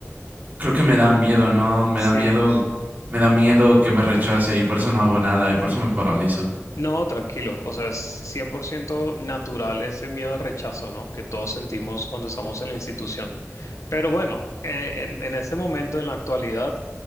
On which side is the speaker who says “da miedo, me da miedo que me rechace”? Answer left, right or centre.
Right